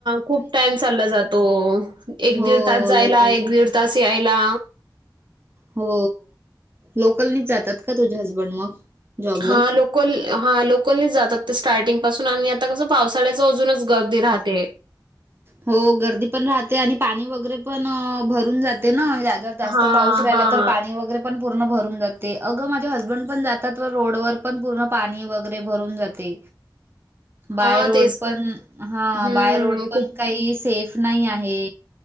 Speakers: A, on the right; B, on the right.
A: खूप टाइम चालला जातो एक
B: हो
A: दीड तास जायला
B: लोकलचा.
A: एक दीड. तास आयला.
B: हो लोकलनीच जातात का तुझे हसबंड मग. जॉबला?
A: हा लोकल हा लोकलने जातात ते स्टार्टिंग पासून आणि आ ''--'' आता कसं पावसाळ्याच अजूनच गर्दी राहते.
B: हो गर्दी पण राहते आणि पाणी वगैरे पण भरून जाते यात. जर जास्त
A: हां,
B: पाऊस राहिला
A: हां.
B: तर पाणी वगैरे. पण पूर्ण भरून जाते अगं माझे हसबंड पण जातात व रोड वर पण पूर्ण पाणी वगैरे भरून जाते.
A: <inaudible>
B: बाय रोड
A: तेच
B: पण
A: तर.
B: हा
A: हं,
B: बाय रोड पण
A: खूप
B: काही सेफ नाही आहे.